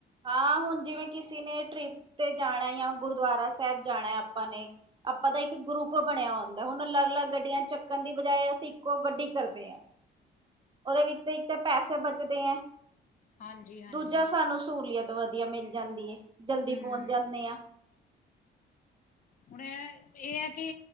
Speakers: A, on the right; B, on the left.
A: ਹਾਂ, ਹੁਣ ਜਿਵੇਂ ਕਿਸੀ ਨੇ ਟ੍ਰਿਪ ਤੇ ਜਾਣਾ ਜਾਂ ਗੁਰਦੁਆਰਾ ਸਾਹਿਬ ਜਾਣਾ ਆਪਾਂ ਨੇ ਆਪਾਂ ਦਾ ਇੱਕ ਗਰੁੱਪ ਬਣਿਆ ਹੁੰਦਾ ਹੁਣ ਅਲੱਗ ਅਲੱਗ ਗੱਡੀਆਂ ਚੱਕਣ ਦੀ ਬਜਾਏ ਅਸੀਂ ਇੱਕੋ ਗੱਡੀ ਕਰਦੇ ਆ। ਉਹਦੇ ਵਿੱਚ ਇੱਕ ਤਾਂ ਪੈਸੇ ਬਚਦੇ ਐ
B: ਹਾਂਜੀ-ਹਾਂਜੀ
A: ਦੂਜਾ ਸਾਨੂੰ ਸਹੂਲੀਅਤ ਵਧੀਆ ਮਿਲ ਜਾਂਦੀ ਐ, ਜਲਦੀ
B: ਹੂੰ
A: ਪਹੁੰਚ ਜਾਂਨੇ ਆ।
B: ਹੁਣ ਇਹ ਐ ਕਿ